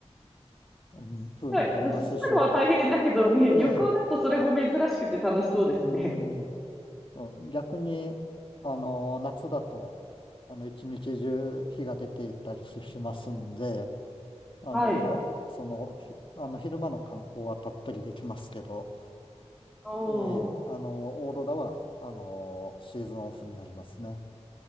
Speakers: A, on the left; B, in the centre.
A: うん、
B: すごい。
A: 風になりますし、
B: でも住むのは大変だけどね、
A: ええ
B: <laughs> 旅行だとそれも珍しくて楽しそうですね。
A: うん。そう逆に、あの、夏だと、あの、一日中日が出ていたりしますんで、あの、
B: はい。
A: その、ひあの、昼間の観光はたっぷりできますけど、
B: おー、
A: ええ、あの、オーロラは、あの、シーズンオフになりますね。